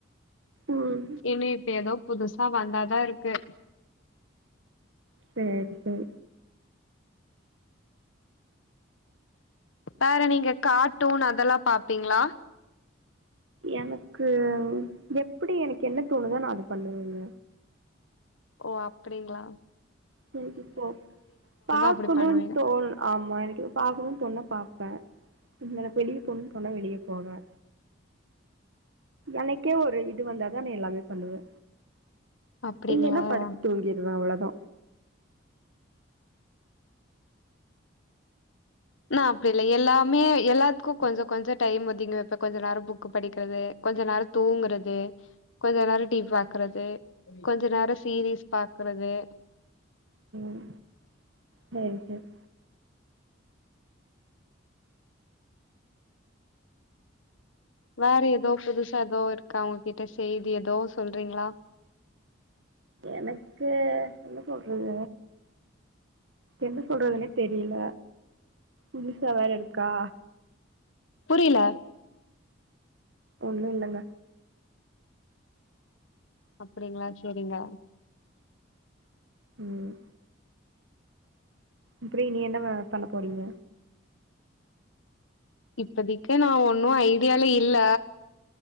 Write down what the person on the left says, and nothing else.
இன்னும் இப்ப ஏதோ புதுசா வந்தாதா இருக்கு
வேற நீங்க காட் டூன் அதெல்லாம் பாப்பீங்களா
ஓ அப்டிங்களா
அப்படி பண்ணுவீங்க
அப்படிங்களா
நா அப்டில்ல எல்லாமே எல்லாத்துக்கும் கொஞ்ச கொஞ்ச டைம் ஒதிங்க இப்ப கொஞ்ச நேரம் புக்கு படிக்கிறது கொஞ்ச நேரம் தூங்குறது கொஞ்ச நேரம் டி வி பாக்குறது கொஞ்ச நேரம் சீரீஸ் பாக்குறது
வேற ஏதோ புதுசா ஏதோ இருக்கா உங்ககிட்ட செய்தி ஏதோ சொல்றீங்களா
புரில
அப்படிங்களா சரிங்க
இப்பதிக்கு நா ஒன்னும் ஐடியால இல்ல